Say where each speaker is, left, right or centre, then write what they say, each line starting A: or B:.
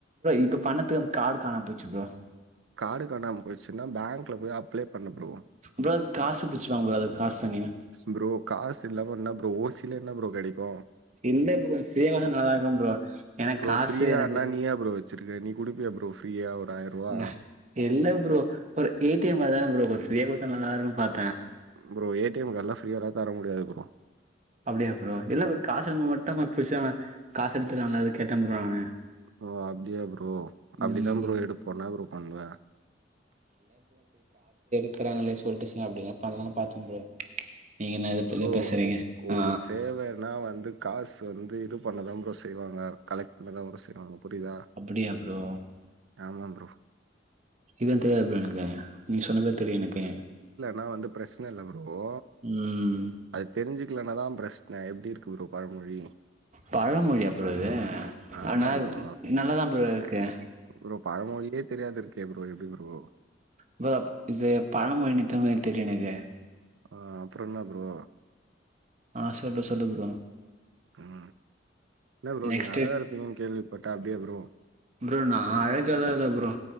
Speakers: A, on the right (about 40°); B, on the right (about 85°).
A: இப்ப பண்ணத்துக்கு அந்த காடு காணாம போயிச்சு ப்ரோ
B: காடு காணாம போயிருச்சுனா பேங்க்ல போய் அப்ளை பண்ணு ப்ரோ
A: ப்ரோ காசு புடுச்சுருவாங்க ப்ரோ அதுக்கு காசு தனியா
B: ப்ரோ காசு இல்லாம என்ன ப்ரோ ஓசில என்ன ப்ரோ கெடைக்கு
A: இல்ல ப்ரோ <unintelligible> நல்லாதா இருக்கன் ப்ரோ எனக்கு
B: ப்ரோ
A: காசு
B: ஃப்ரீயானா
A: <unintelligible>
B: நீயா ப்ரோ வச்சிருக்க நீ குடுப்பியா ப்ரோ ஃப்ரீயா ஒரு ஆயர்ரூவா
A: நா இல்ல ப்ரோ ஒரு ஏ டி எம் அதான ப்ரோ ஃப்ரீயா குடுத்தா நல்லாருக்கும் பார்
B: ப்ரோ ஏ டி எம் கடெல்லா ஃரீயால்லா தர முடியாது ப்ரோ
A: அப்டியா ப்ரோ இல்ல ப்ரோ காசு எடுக்கும்போது மட்டு கொஞ்சோ பிரச்சன காசு எடுத்துருவாங்க அத கேட்டேன் ப்ரோ நானு
B: ஓ அப்டியா ப்ரோ அப்டிதா
A: ம்
B: ப்ரோ எடுப்போ என்னா ப்ரோ பண்ணுவ
A: இருக்கறாங்கலே சொல்ட்டு <unintelligible> அப்டின் பண்லா பாத்துங் ப்ரோ நீங்க என்ன எதோ
B: ப்ரோ
A: இது பேசுறீங்க
B: ஒரு
A: ஆ
B: சேவனா வந்து காசு வந்து இது பண்ணதா ப்ரோ செய்வாங்க கலெக்ட் பண்ணதா ஒரு செய்றாங்க புரிதா
A: அப்டியா ப்ரோ
B: ஆமா ப்ரோ
A: இதுன் தேவைப்படுனு நெனைக்கிறே நீ சொன்னப்ப தெரியு எனக்கு
B: நா வந்து பிரச்சன இல்ல ஓ
A: ம்
B: அது தெரிஞ்சு என்னதான் பிரச்சனை எப்டி இருக்கு ப்ரோ பழமொழி
A: பழமொழியா ப்ரோ இது
B: ஆமா
A: ஆனா
B: ப்ரோ
A: நல்லாதான் ப்ரோ இரு கு
B: ப்ரோ பழமொழியே தெரியாத இருக்கியே ப்ரோ எப்டி ப்ரோ
A: ப்ரோ இது பழமொழி இருக்க மாறி தெரியலயே எனக்கு
B: ஆஹ் அப்புறம் என்ன ப்ரோ
A: ஆஹ் சொல்லு சொல்லு ப்ரோ
B: உம் இல்ல ப்ரோ
A: நெக்ஸ்ட்
B: நீங்க அழகா இருப்பீங்கன்னு கேள்விப்பட்டன் அப்டியே ப்ரோ
A: ப்ரோ நா அழகெல்லா இல்ல ப்ரோ